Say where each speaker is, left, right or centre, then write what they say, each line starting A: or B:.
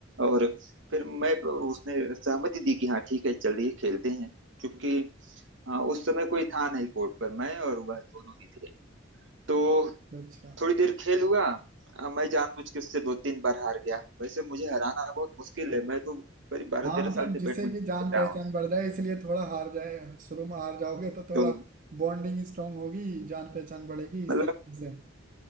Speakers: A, on the right; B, on the right.
A: और फिर मैं उसने सहमति दी कि हाँ ठीक है चलिए खेलते हैं क्योंकि अ, उस समय कोई था नहीं कोर्ट पर मैं और वह दोनों ही थे तो
B: अच्छा
A: थोड़ी देर खेल हुआ अ, मैं जानबूझ के उससे दो तीन बार हार गया वैसे मुझे हराना बहुत मुश्किल है मैं तो करीब बारह
B: हाँ
A: तेरह
B: मतलब
A: साल से
B: जिससे
A: बैडमिंटन
B: कि जान
A: खेल
B: पहचान
A: रहा हूँ
B: बढ़ जाए इसलिए थोड़ा हार जाए शुरू में हार जाओगे तो थोड़ा
A: तो
B: बॉन्डिंग स्ट्रांग होगी जान पहचान बढ़ेगी इस
A: मतलब
B: तरीके से